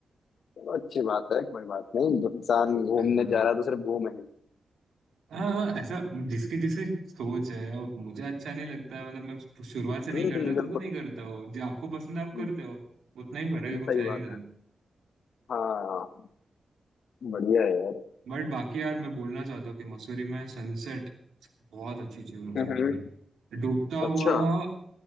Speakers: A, on the left; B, on the right.
A: चलो अच्छी बात है कोई बात नहीं जो इंसान घूमने
B: हाँ।
A: जा रहा है तो सिर्फ घूमे ही।
B: हाँ हाँ ऐसा जिसकी जिसकी सोच है और मुझे अच्छा नहीं लगता है मतलब मैं शुरुआत से नहीं
A: हम्म
B: करता तो
A: बिल्कुल
B: तो नहीं करता हो जो आपको पसंद है आप
A: हम्म,
B: करते हो उतना ही फर्क है
A: सही
B: कुछ है
A: बात
B: नहीं था
A: है हाँ बढ़िया है यार
B: बट बाकी यार मैं बोलना चाहता हूँ कि मसूरी में सनसेट बहुत अच्छी चीज होती
A: हम्म
B: है भाई डूबता
A: अच्छा
B: हुआ